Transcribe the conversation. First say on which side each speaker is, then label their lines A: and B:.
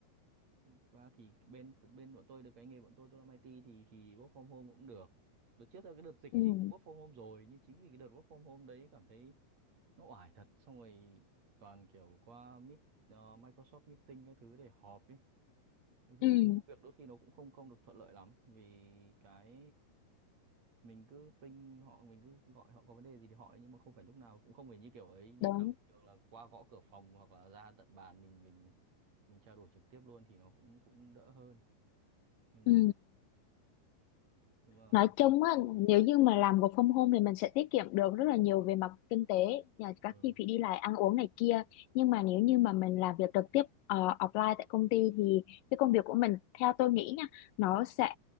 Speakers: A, on the right; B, on the left.
A: Thực ra thì bên bên bọn tôi được cái nghề bọn tôi tôi làm IT thì thì work from home cũng được. Đợt trước là cái đợt dịch
B: ừ,
A: thì cũng work from home rồi nhưng chính vì cái đợt work from home đấy cảm thấy nó oải thật xong rồi toàn kiểu qua meet ờ, Microsoft meeting các thứ để họp ấy. Nói chung
B: ừ,
A: cũng- công việc đôi khi nó cũng không không được thuận lợi lắm vì cái mình cứ ping họ mình cứ gọi họ có vấn đề gì thì hỏi nhưng mà không phải lúc nào cũng không phải như kiểu ấy đi
B: đúng,
A: làm bình thường là qua gõ cửa phòng hoặc là ra tận bàn mình mình mình trao đổi trực tiếp luôn thì nó cũng cũng đỡ hơn nhưng
B: ừ.
A: mà nhưng mà
B: Nói chung á, nếu như mà làm work from home thì mình sẽ tiết kiệm được rất là nhiều về mặt kinh tế, nhà các
A: ừ
B: chi phí đi lại, ăn uống này kia. Nhưng mà nếu như mà mình làm việc trực tiếp ờ, offline tại công ty thì cái công việc của mình theo tôi nghĩ nha, nó sẽ